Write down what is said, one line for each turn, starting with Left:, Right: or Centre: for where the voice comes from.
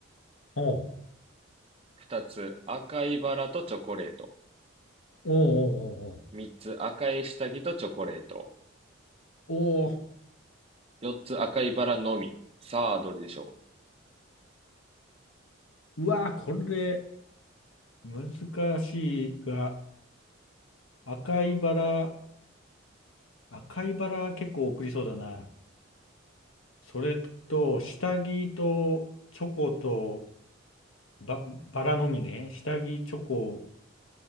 Left: おう
Right: 二つ、赤いバラとチョコレート。
Left: おうおうおう
Right: 三つ、赤い下着とチョコレート。
Left: おうお
Right: 四つ、赤いバラのみ。さあ、どれでしょ
Left: ううわー、これ、難しいが。赤いバラ、赤いバラ結構送りそうだな。それと、下着とチョコとバ、バラのみね。下着、チョコ、